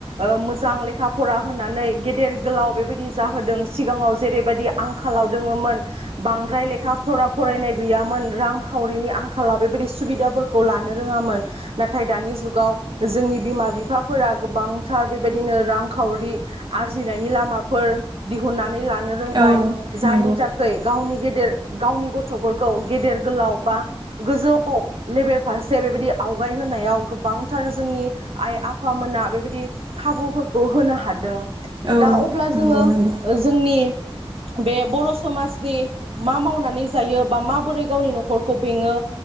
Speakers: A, on the right; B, on the right.
A: ओ मोजां लेखा फरा होनानै गेदेर गोलाव बेबायदि जाहोदों सिगाङाव जेरैबायदि आंखालाव दोङोमोन बांद्राय लेखा फरा फरायनाय गैयामोन रांखावरिनि आं खालाव बेबायदि सुबिदाफोरखौ लानो रोङामोन नाथाय दानि जुगाव जोंनि बिमा बिफाफोरा गोबांथार बेबायदिनो रांखावरि आरजिनायनि लामाफोर दिहुननानै लान रोंबाय
B: औ
A: जायनि
B: नंगौ
A: थाखाय गावनि गेदेर गावनि गथ'फोरखौ गेदेर गोलाव बा गोजौ लेबेल फारसे बेबायदि आवगाय होनायाव गोबांथार जोंनि आइ आफामोना बेबायदि खाबुफोरखौ होनो हादों।
B: औ
A: दा अब्ला
B: नंगौ
A: जोङो
B: नंगौ
A: जोंनि बे बर' समाजनि मा मावनानै जायो बा माबोरै गावनि न'खरखौ बेङो